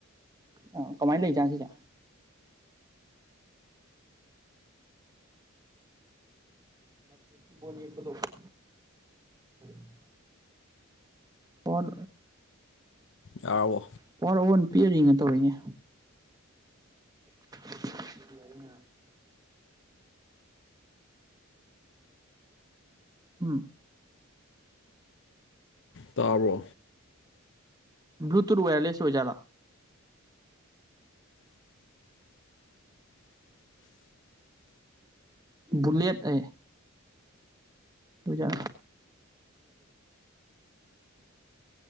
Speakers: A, on the right; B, on the left.
A: ꯑ ꯀꯃꯥꯏꯅ ꯂꯩꯖꯥꯟ ꯁꯤꯁꯦ <unintelligible> <unintelligible> ꯌꯦꯛꯄꯗꯣ <unintelligible> <inaudible> ꯑꯣꯟ
B: ꯌꯥꯕꯣ
A: ꯄꯋꯥꯔ ꯑꯣꯟ ꯄꯤꯔꯔꯤꯅ ꯇꯧꯔꯤꯅꯦ <unintelligible> ꯎꯝ
B: ꯇꯥꯔꯣ
A: ꯭ꯂꯨꯇꯨꯠ ꯋꯥꯋꯔꯂꯁ ꯑꯣꯏꯖꯔꯥ
B: <unintelligible>
A: ꯕꯨꯂꯦꯠ ꯑꯦ ꯖꯥ